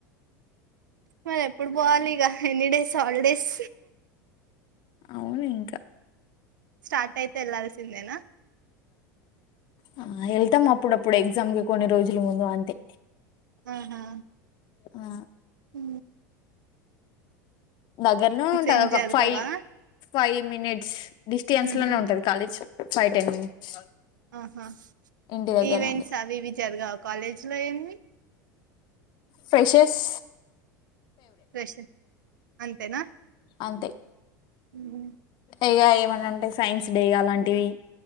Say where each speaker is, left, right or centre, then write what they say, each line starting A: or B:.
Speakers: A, on the right; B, on the left.
A: మరి ఎప్పుడు పోవాలి ఇగా ఎనీడేస్ హాలిడేస్
B: అవును ఇంకా
A: స్టార్ట్ అయితే వెళ్లాాల్సిందేనా
B: ఆ వెళ్తాం అప్పుడప్పుడు ఎగ్జామ్ కి కొన్ని రోజుల ముందు అంతే
A: ఆహా
B: ఆ
A: హ
B: దగ్గరలో ఉంటాది
A: ఏం
B: ఒక
A: జరగవా
B: ఫైవ్ ఫైవ్ మినిట్స్ డిస్టెన్స్
A: ఉహు,
B: లోనే ఉంటది కాలేజ్ ఫైవ్ టెన్ మినిట్స్
A: ఆహా
B: ఇంటి దగ్గర
A: ఈవెంట్స్
B: అండి
A: అవి ఇవి జరగావ కాలేజ్లో ఏమవి
B: ఫ్రెషెస్
A: రషన్ అంతేనా
B: అంతే
A: ఉహు,
B: ఇగా ఏమన్నా అంటే సైన్స్ డే అలాంటివి